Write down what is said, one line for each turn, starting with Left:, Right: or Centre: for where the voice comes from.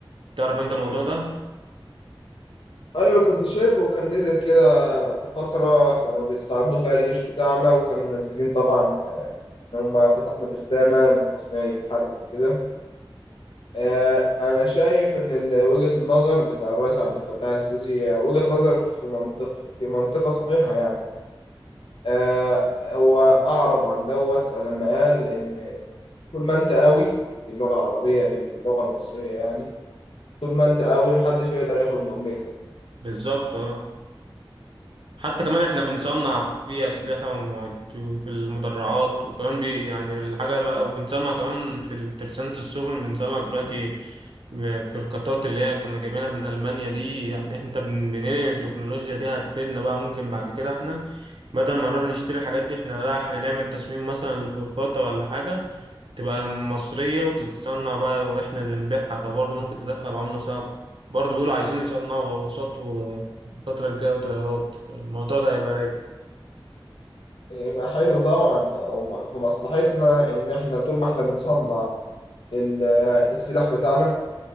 Right: تعرف انت الموضوع ده
Left: أيوة كنت شايفه كان نزل كده في فترة كانوا بيستعرضوا فيها الجيش بتاعنا وكانوا منزلين طبعا آه، إن هم فتحنا ترسانة للتصنيع الحربي وكده آه، أنا شايف إن ال- وجهة النظر بتاع الرئيس عبد الفتاح السيسي آه، وجهة نظر في منطق في منطقة صحيحة يعني آه، هو أعرب عن دوت لما قال إن طول ما أنت قوي باللغة العربية باللغة المصرية يعني طول ما أنت قوي محدش يقدر ياخد لقمتك
Right: بالظبط اه حتى كمان احنا بنصنع في أسلحة ومعد- في المدرعات وكمان بي يعني الحاجة بقى وبنصنع كمان في ترسانة السفن بنصنع دلوقتي فرقاطات اللي هي كنا جايبينها من ألمانيا دي يعني انت بن- بننقل التكنولوجيا دي هتفيدنا بقى ممكن بعد كده احنا بدل ما نروح نشتري الحاجات دي احنا لا احنا نعمل تصميم مثلا لفرقاطة ولا حاجة تبقى مصرية وتتصنع بقى واحنا اللي نبيعها فبرضه ممكن تدخل عملة صعبة برضه بيقولوا عايزين يصنعوا غواصات الفترة الجاية وطيارات الموضوع ده هيبقى رايق
Left: يبقى حلو طبعا هو في مصلحتنا إن إحنا طول ما إحنا بنصنع ال- السلاح بتاعنا